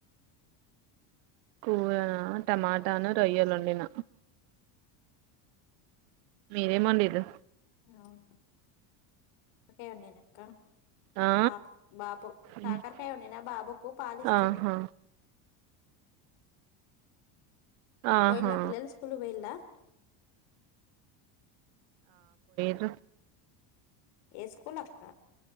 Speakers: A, on the right; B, on the left.
A: కూరనా టమాటాను రొయ్యలొండిన మీరేమ్ వండిండు
B: అవును ఓకే అండి నేనింక
A: ఆ
B: పాప్ బాబు కాకరకాయ
A: ఉమ్,
B: వండినా బాబుకు పాలిస్తున్న
A: ఆహా ఆహా
B: పోయిలా పిల్లలు స్కూల్ పోయిల్లా
A: న
B: ఏ స్కూల్ అక్క